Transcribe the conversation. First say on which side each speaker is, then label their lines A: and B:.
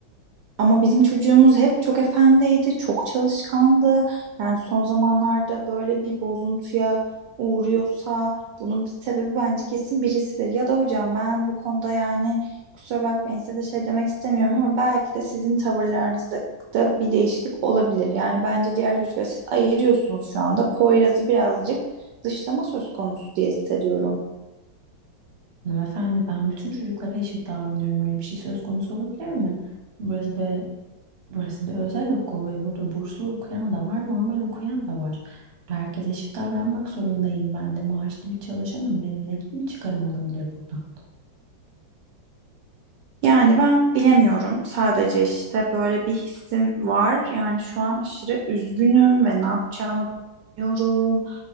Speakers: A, on the right; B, on the right.
A: Ama bizim çocuğumuz hep çok efendiydi, çok çalışkandı. Yani son zamanlarda böyle bir bozuntuya uğruyorsa bunun bir sebebi bence kesin birisidir. Ya da hocam ben bu konuda yani kusura bakmayın size de şey demek istemiyorum ama belki de sizin tavırlarınızda da bir değişiklik olabilir. Yani bence diğer çocuklar siz ayırıyorsunuz şu anda. Poyraz'ı birazcık dışlama söz konusu diye hissediyorum.
B: Hanımefendi ben bütün çocuklara eşit davranıyorum. Öyle bir şey söz konusu olabilir mi? Burası bir, burası bir özel okul ve burada burslu okuyan da var, normal okuyan da var. Burada herkese eşit davranmak zorundayım. Ben de maaşlı bir çalışanım. Benim ne gibi bir çıkarım olabilir burada?
A: Yani ben bilemiyorum. Sadece işte böyle bir hissim var. Yani şu an aşırı üzgünüm ve ne yapacağımı bilmiyorum.